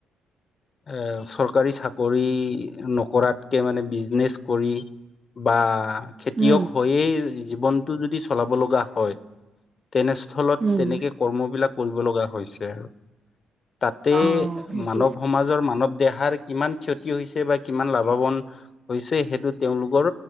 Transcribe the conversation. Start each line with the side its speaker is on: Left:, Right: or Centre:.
Left: এ চৰকাৰী চাকৰি নকৰাতকে মানে বিজনেচ কৰি বা খেতিয়ক
Right: উম
Left: হৈয়েই। জীৱনটো যদি চলাব লগা হয় তেনেস্থলত
Right: উম
Left: তেনেকে কৰ্মবলাক কৰিব লগা হৈছে আৰু তাতে
Right: অ সেইটোৱে
Left: মানৱ সমাজৰ মানৱ দেহাৰ। কিমান ক্ষতি হৈছে বা। কিমান লাভৱান হৈছে সেইটো তেওঁলোকৰ